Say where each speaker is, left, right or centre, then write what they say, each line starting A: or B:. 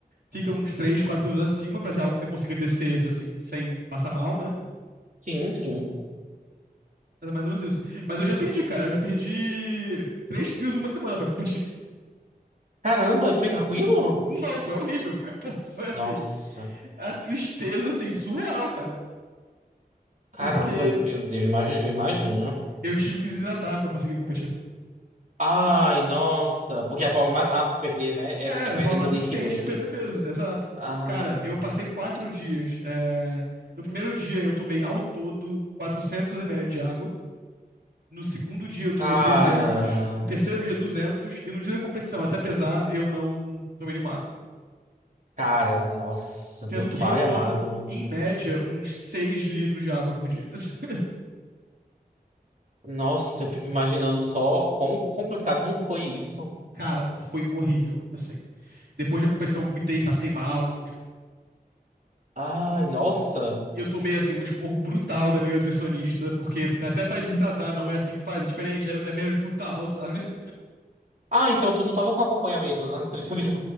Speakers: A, on the right; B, on the right.
A: fica uns 3 4 quilos acima pra ser algo que você consiga descer, assim, sem passar mal, né?
B: Sim, sim.
A: Mas é mais ou menos isso. Mas eu já perdi, cara. Eu já perdi 3 quilos em uma semana pra competir.
B: Caramba, e foi tranquilo?
A: <laughs> Não, foi horrível. Foi, pô, foi assim,
B: Nossa.
A: a tristeza, assim, surreal, cara.
B: Caramba,
A: Porque
B: eu, eu devo imagi- eu imagino.
A: eu tive que desidratar pra conseguir competir.
B: Ai, nossa. Porque é a forma mais rápida de perder, né? É,
A: É,
B: é perdendo
A: né? Forma mais
B: líquido.
A: eficiente de perder peso, exato.
B: Ai.
A: Cara, eu passei quatro dias. é, No primeiro dia eu tomei ao todo 400 ml de água. No segundo dia eu tomei
B: Cara.
A: 300. No terceiro dia 200. E no dia da competição, até pesar, eu não tomei nenhuma água.
B: Cara, nossa, meu
A: Sendo que
B: pai
A: eu tomo,
B: amado.
A: em média, uns 6 litros de água por dia. <laughs>
B: Nossa, eu fico imaginando só quão complicado não foi isso.
A: Cara, foi horrível, assim. Depois da competição eu vomitei, passei mal. tipo,
B: Ai, nossa.
A: E eu tomei, assim, um esporro brutal da minha nutricionista, porque até pra desidratar não é assim que faz, é diferente, é, é menos brutal, <laughs> sabe?
B: Ah, então tu não tava com acompanhamento da nutricionista.